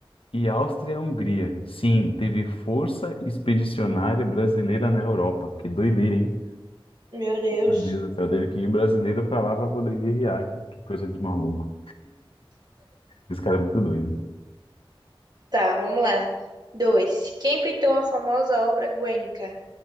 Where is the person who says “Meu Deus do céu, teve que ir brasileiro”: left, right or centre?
Left